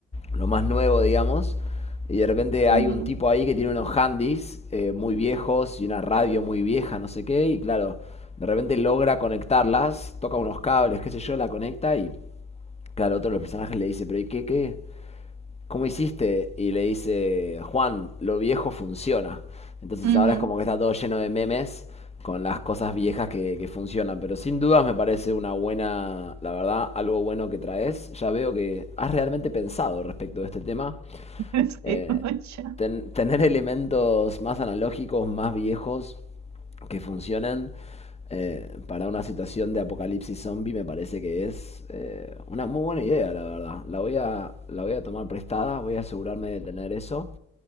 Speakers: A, on the left (about 20°); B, on the right (about 65°).
A: lo más nuevo, digamos. Y de repente hay
B: Ujú,
A: un tipo ahí que tiene unos handys eh, muy viejos y una radio muy vieja, no sé qué. Y claro, de repente logra conectarlas, toca unos cables, qué sé yo, la conecta y claro, otro de los personajes le dice, pero ¿y qué, qué? ¿cómo hiciste? Y le dice, Juan, lo viejo funciona. Entonces
B: ujú.
A: ahora es como que está todo lleno de memes con las cosas viejas que, que funcionan. Pero sin dudas me parece una buena, la verdad, algo bueno que traes. Ya veo que has realmente pensado respecto de este tema
B: <laughs> Sí,
A: eh,
B: mucho.
A: ten- tener elementos más analógicos, más viejos, que funcionen eh, para una situación de apocalipsis zombie me parece que es eh, una muy buena idea, la verdad. La voy a, la voy a tomar prestada, voy a asegurarme de tener eso.